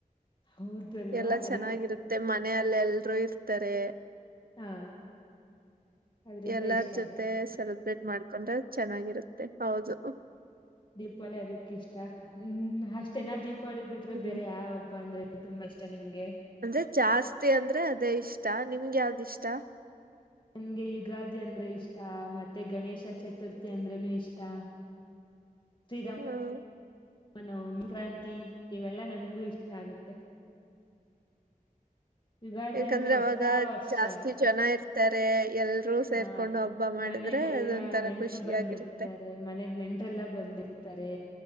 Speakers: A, on the left (about 30°); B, on the right (about 80°).
A: ಹೌದು ಅಲ್ವಾ
B: ಎಲ್ಲ
A: ಅದಕ್ಕೆ
B: ಚೆನ್ನಾಗಿರುತ್ತೆ ಮನೆಯಲ್ಲಿ ಎಲ್ರೂ ಇರ್. ಇರ್ತಾರೆ.
A: ಹಾ. ಅದ್ರಿಂದ
B: ಎಲ್ಲಾರ
A: ಇಷ್ಟ
B: ಜೊತೆ ಸೆಲೆಬ್ರೇಟ್. ಮಾಡ್ಕೊಂಡ್ರೆ ಚೆನ್ನಾಗಿರುತ್ತೆ ಹೌದು.
A: ದೀಪಾವಳಿ ಅದಕ್ಕ ಇಷ್ಟ ಹ್ಮ್ ಅಷ್ಟೇನಾ ದೀಪ್. ದೀಪಾವಳಿ ಬಿಟ್ರೆ
B: ಹ್ಮ್
A: ಬೇರೆ ಯಾವ ಹಬ್ಬ ಅಂದ್ರೆ. ತುಂಬಾ ಇಷ್ಟ ನಿಮ್ಗೆ
B: ಅಂದ್ರೆ ಜಾಸ್ತಿ ಅಂದ್ರೆ ಅದೇ ಇಷ್ಟ ನಿಮ್ಗೆ ಯಾವ್ದ್ ಇಷ್ಟ
A: ನನ್ಗೆ ಯುಗಾದಿ ಅಂದ್ರೆ ಇಷ್ಟಾ ಮತ್ತೆ ಗಣೇಶ ಚತುರ್ಥಿ ಅಂದ್ರೇನು ಇಷ್ಟಾ <unintelligible>
B: ಹ್ಮ
A: ನ ಸಂಕ್ರಾಂತಿ ಇವೆಲ್ಲಾ ನನ್ಗೂ ಇಷ್ಟಾ ಆಗುತ್ತೆ ಯುಗಾದಿ
B: ಯಾಕಂದ್ರೆ
A: ಅಂದ್ರೆ ಹೊಸ
B: ಅವಾಗ
A: ವರ್ಷ
B: ಜಾಸ್ತಿ ಜನಾ ಇರ್ತ ಇರ್ತಾರೆ ಎಲ್ರೂ ಸೇರ್ಕೊಂಡು
A: ಹಾ
B: ಹಬ್ಬ ಮಾಡಿದ್ರೆ
A: ಮನೆಗೆಲ್ಲಾ
B: ಅದೊಂಥರ
A: ನೆಂಡರು
B: ಖುಷಿಯಾಗಿರುತ್ತೆ
A: ಬಂದಿರ್ತಾರೆ ಮನೆಗ್ ನೆಂಟ್ರೆಲ್ಲಾ ಬಂದಿರ್ತಾರೆ